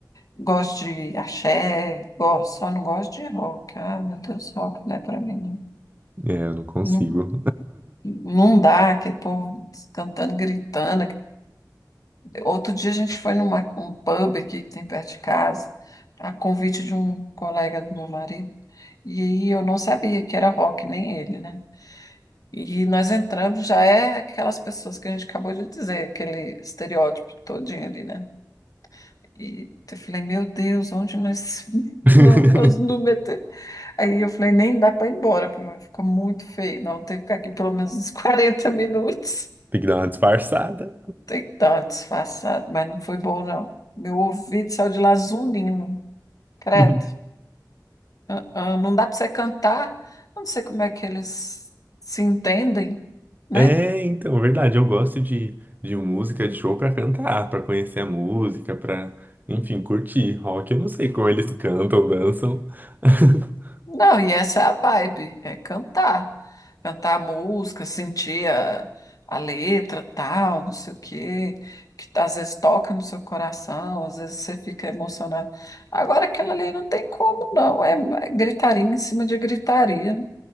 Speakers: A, on the left; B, on the right.
A: gosto de axé, gosto, só não gosto de rock. Ah, meu Deus, rock não é pra mim, não.
B: É, eu não consigo.
A: Não, não dá, aquele povo cantando, gritando, Outro dia a gente foi numa, um pub aqui que tem perto de casa, a convite de um colega do meu marido, e aí eu não sabia que era rock, nem ele, né? E nós entramos, já é aquelas pessoas que a gente acabou de dizer, aquele estereótipo todinho ali, né? E eu falei, meu Deus, onde nós <laughs>
B: <laughs>
A: não, nós não metemos? Aí eu falei, nem dá para ir embora, porque vai ficar muito feio, não, tem que ficar aqui pelo menos uns <laughs> 40 minutos.
B: Tem que dar uma disfarçada.
A: Tem que dar uma disfarçada, mas não foi bom, não. Meu ouvido saiu de lazulino, credo.
B: <laughs>
A: Ah, ah, não dá para você cantar. Eu não sei como é que eles se entendem, né?
B: É, então, é verdade, eu gosto de, de música de show pra cantar, pra conhecer a música, pra, enfim, curtir. Rock, eu não sei como eles cantam, dançam. <laughs>
A: Não, e essa é a vibe, é cantar. Cantar a música, sentir a, a letra, tal, não sei o quê, que tá, às vezes toca no seu coração, às vezes você fica emocionado. Agora aquilo ali não tem como, não. É é gritaria em cima de gritaria.